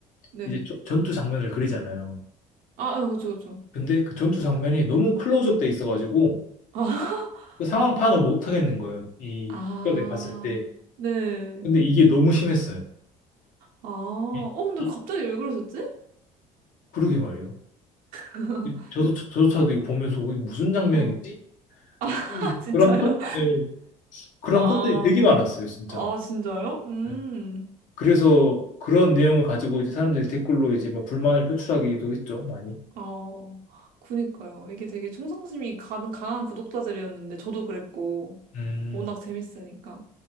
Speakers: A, on the right (about 70°); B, on the left (about 60°).
A: 네.
B: 이제 조- 전투 장면을 그리잖아요.
A: 아, 아, 그쵸, 그쵸.
B: 근데 그 전투 장면이 너무 클로즈업 돼 있어가지고
A: 아, <laughs>
B: 그 상황 파악을 못 하겠는 거예요. 이
A: 아,
B: 국가들이 봤을 때.
A: 네.
B: 근데 이게 너무 심했어요.
A: 아,
B: 이,
A: 어, 근데
B: 이,
A: 갑자기 왜 그러셨지?
B: 그러게 말이에요.
A: <laughs>
B: 이- 저도 저조차도 이거 보면서 이게 무슨 장면이지?
A: 어. <laughs> 아,
B: 하는
A: 진짜요?
B: 그런 컷, 네, 그런
A: 아,
B: 컷들이 되게 많았어요, 진짜.
A: 아, 진짜요? 음.
B: 네. 그래서 그런 내용을 가지고 이제 사람들이 댓글로 이제 막 불만을 표출하기도 했죠, 많이.
A: 어, 그니까요. 이게 되게 충성심이 가는 강한 구독자들이었는데, 저도 그랬고,
B: 음,
A: 워낙 재밌으니까.